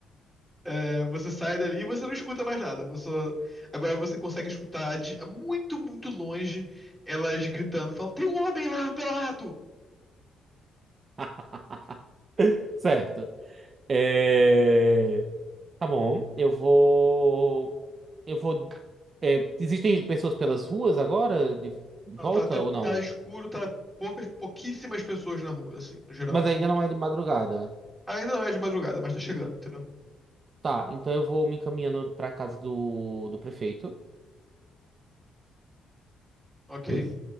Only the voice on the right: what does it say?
<laughs> Certo. É, Tá bom, eu vou. Eu vou. é, Existem pessoas pelas ruas agora, de volta
ou não?
Mas ainda
não é de madrugada.
Tá, então eu vou me encaminhando pra casa do, do prefeito.
Eu...